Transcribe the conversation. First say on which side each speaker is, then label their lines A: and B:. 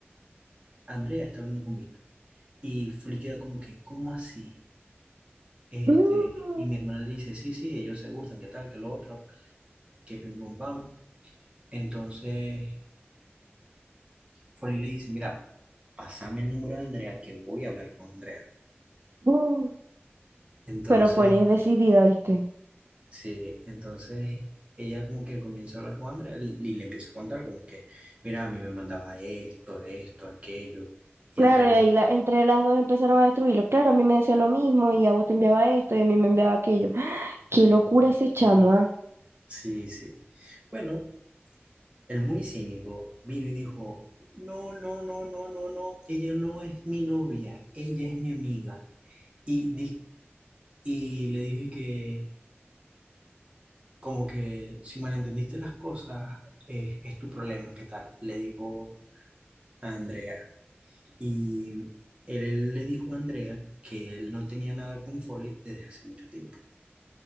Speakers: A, on the right; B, on the right.
A: Andrea está hablando con Víctor. Y Flip queda como que, ¿cómo así? Este,
B: Mm,
A: y mi hermana le dice, sí, sí, ellos se gustan, qué tal, qué lo otro, que pim pum pam. Entonces, Foley le dice, mira, pásame el número de Andrea, que voy a hablar con Andrea.
B: mm.
A: Entonces,
B: Pero Foley es decidida, ¿viste?
A: sí, entonces ella como que comienza a hablar con Andrea y y le empieza a contar como que, mira, a mí me mandaba esto, esto, aquello. Y
B: Claro,
A: Andrea
B: y
A: le,
B: ahí la, entre las dos empezaron a destruirlo. Claro, a mí me decía lo mismo y a vos te enviaba esto y a mí me enviaba aquello. ¡Ah! Qué locura ese chamo, ¿ah?
A: sí, sí. Bueno, El muy cínico vino y dijo, no, no, no, no, no, no, ella no es mi novia, ella es mi amiga. Y, dis- y le dije que, como que si malentendiste las cosas, es, es tu problema, ¿qué tal? Le dijo a Andrea. Y él, él le dijo a Andrea que él no tenía nada con Foley desde hace mucho tiempo.